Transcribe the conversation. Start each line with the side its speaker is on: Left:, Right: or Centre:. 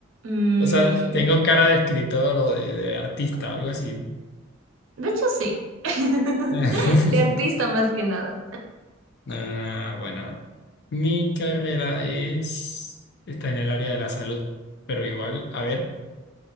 Right: Mm,
Left: O sea, tengo cara de escritor o de, de artista, algo así.
Right: de hecho, sí. <laughs>
Left: <laughs>
Right: De artista más que nada.
Left: Ah, bueno, mi carrera es, está en el área de la salud, pero igual, a ver,